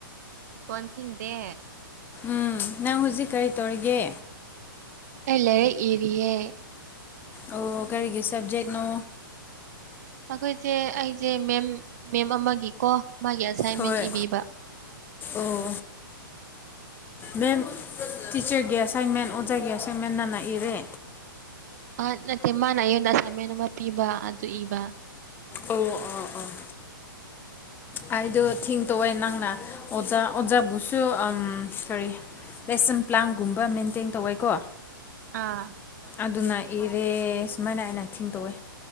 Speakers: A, on the right (about 50°); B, on the left (about 15°).
A: ꯀꯣꯟ ꯐꯤꯡꯗꯦ
B: ꯎꯝ ꯅꯪ ꯍꯧꯖꯤꯛ ꯀꯔꯤ ꯇꯧꯔꯤꯒꯦ
A: ꯑꯩ ꯂꯥꯏꯔꯤꯛ ꯏꯔꯤꯑꯦ
B: ꯑꯣ ꯀꯔꯤꯒꯤ ꯁꯕꯖꯦꯛ ꯅꯣ
A: ꯃꯈꯣꯏꯁꯦ ꯑꯩꯖꯦ ꯃꯦꯝ ꯃꯦꯝ ꯑꯃꯒꯤꯀꯣ ꯃꯥꯒꯤ ꯑꯦꯁꯥꯏꯟꯃꯦꯟ
B: ꯍꯣꯏ
A: ꯏꯕꯤꯕ
B: ꯑꯣ ꯃꯦꯝ ꯇꯤꯆꯔꯒꯤ ꯑꯦꯁꯥꯏꯟꯃꯦꯟ ꯑꯣꯖꯥꯒꯤ ꯑꯦꯁꯥꯏꯟꯃꯦꯟꯅ ꯅꯩꯔꯦ
A: ꯑ ꯅꯠꯇꯦ ꯃꯥꯅ ꯑꯩꯉꯣꯟꯗ ꯑꯁꯥꯏꯟꯃꯦꯟ ꯑꯃ ꯄꯤꯕ ꯑꯗꯨ ꯏꯕ
B: ꯑꯣ ꯑꯣꯥ ꯑꯥ
A: <inaudible>
B: ꯑꯩꯗꯣ ꯊꯤꯡ ꯇꯧꯑꯣꯦ ꯅꯪꯅ ꯑꯣꯖꯥ ꯑꯣꯖꯥꯕꯨꯁꯨ ꯀꯔꯤ ꯔꯦꯁꯟ ꯄ꯭ꯂꯥꯟꯒꯨꯝꯕ ꯃꯦꯟꯇꯦꯟ ꯇꯧꯋꯏꯀꯣ
A: ꯑꯥ
B: ꯑꯗꯨꯅ ꯏꯔꯦ ꯁꯨꯃꯥꯏꯅ ꯑꯩꯅꯛꯊꯤꯡ ꯇꯧꯋꯦ